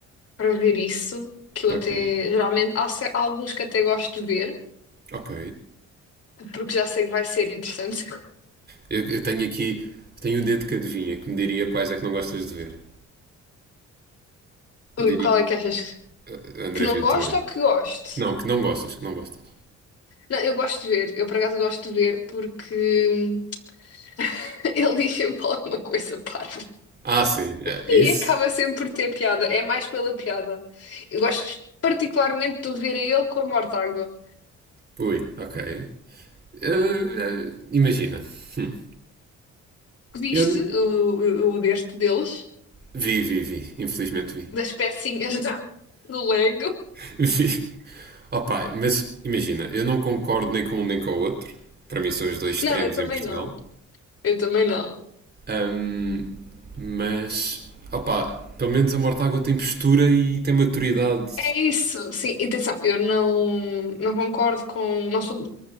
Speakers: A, on the left (about 50°); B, on the right (about 35°).
A: para ver isso, que eu
B: Ok,
A: até, geralmente, há, cer- há alguns que até gosto de ver,
B: ok.
A: porque já sei que vai ser interessante.
B: Eu, eu tenho aqui, tenho um dedo de adivinha que me diria quais é que não gostas de ver.
A: <laughs> Ui,
B: Diria
A: qual é que achas que
B: eh, André
A: que não
B: Ventura.
A: gosto ou que gosto?
B: Não, que não gostas, que não gostas.
A: Não, eu gosto de ver, eu por acaso gosto de ver porque hum, <laughs> ele diz sempre alguma coisa parva. <laughs>
B: Ah, sim, é,
A: E
B: isso?
A: acaba sempre por ter piada. É mais pela piada. Eu gosto particularmente de o ver a ele com a Mortágua.
B: Ui, ok. Eh, eh, imagina. Hum.
A: Viste
B: Eu,
A: o, o, o deste deles?
B: Vi, vi, vi. Infelizmente vi.
A: Das pecinhas <laughs> da- do Lego?
B: <laughs> Vi. Opa, mas imagina, eu não concordo nem com um nem com o outro. Para mim são os dois extremos
A: Não, eu também
B: em Portugal.
A: não. Eu também não.
B: Ahm, mas, opa, pelo menos a Mortágua tem postura e tem maturidade.
A: É isso. Sim, e atenção, eu não, não concordo com. Não sou,